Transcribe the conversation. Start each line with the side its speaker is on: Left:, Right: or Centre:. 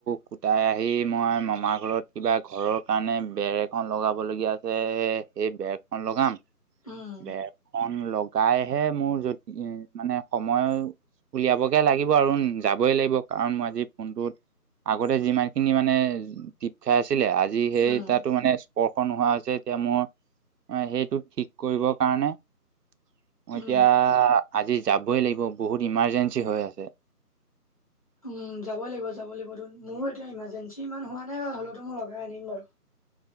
Right: কুটাই আহি মই মামাৰ ঘৰত কিবা ঘৰৰ কাৰণে বেৰ এখন লগাবলগীয়া আছে সেই বেৰখন লগাম।
Left: উম
Right: বেৰখন উম লগাইহে মোৰ যদি মানে সময় উলিয়াবগে লাগিব আৰু উম, যাবই লাগিব কাৰণ মই আজি ফোনটোত আগতে যিমান খিনি মানে টিপ খাই আছিলে, আজি সেই
Left: উম
Right: তাতো মানে স্পৰ্শ নোহোৱা হৈছে। এতিয়া মোৰ সেইটো ঠিক কৰিব কাৰণে মই
Left: উম
Right: এতিয়া আজি যাবই লাগিব, বহুত ইমাৰ্জেঞ্চি হৈ আছে।
Left: উম, যাব লাগিব যাব লাগি <unintelligible> মোৰো এতিয়া ইমাৰ্জেঞ্চি ইমান হোৱা নাই বাও, হ'লেওতো মই লগাই আনিম বাৰু।